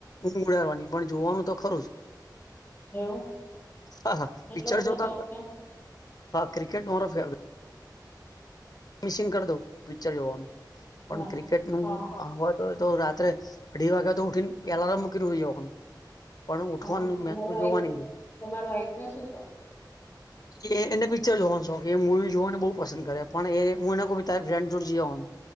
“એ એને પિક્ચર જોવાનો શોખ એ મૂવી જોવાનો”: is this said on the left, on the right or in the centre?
Left